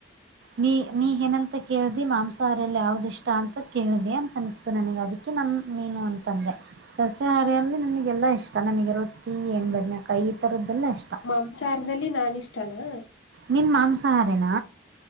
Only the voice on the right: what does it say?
ನೀ ನೀ ಏನಂತ ಕೇಳ್ದಿ ಮಾಂಸ ಸಾರಲ್ಲಿ ಯಾವ್ದು ಇಷ್ಟ ಅಂತ ಕೇಳಿದೆ ಅಂತನಿಸ್ತು ನನಗೆ ಅದಕ್ಕೆ ನನ್ನ ಮೀನು ಅಂತಂದೆ ಸಸ್ಯಾಹಾರಿಯಲ್ಲಿ ನನಗೆಲ್ಲಾ ಇಷ್ಟ ನನಗೆ ರೊಟ್ಟಿ ಎಏಣ್ ಬದ್ ಕೈ ಈ ತರದ್ದೆಲ್ಲ ಇಷ್ಟ
ನಿನು ಮಾಂಸಾಹಾರೇನಾ